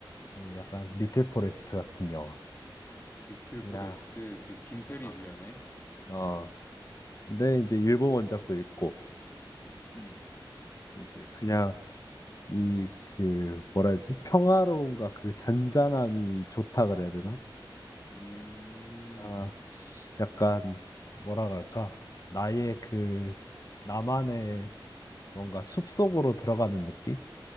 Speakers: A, on the left (about 40°); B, on the left (about 25°).
A: 어, 약간 리틀 포레스트 같은 영화.
B: 리틀
A: 그냥,
B: 포레스트 그 김태리
A: 어,
B: 주연의
A: 어. 근데 이제 일본 원작도 읽고,
B: 음.
A: 이제 그냥 이, 그, 뭐라 해야 되지? 평화로움과 그 잔잔함이 좋다 그래야 되나?
B: 음.
A: 아, 약간 뭐라 그럴까? 나의 그 나만의 뭔가 숲속으로 들어가는 느낌?